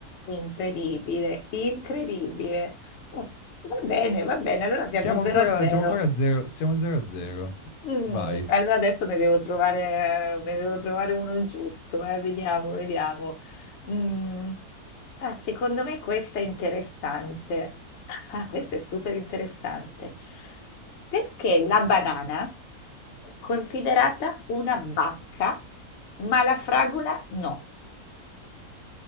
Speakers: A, on the left (about 60°); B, on the left (about 80°).
A: Incredibile, incredibile. Oh, Va bene, va bene, allora siamo
B: Siamo
A: 0
B: ancora
A: a 0.
B: siamo ancora a 0, siamo 0 a 0.
A: Mm,
B: Vai.
A: allora adesso ne devo trovare, ne devo trovare uno giusto, eh, Vediamo, vediamo. Mm, ah, secondo me questa è interessante. Ah, questa è super interessante. Perché la banana è considerata una bacca, ma la fragola no?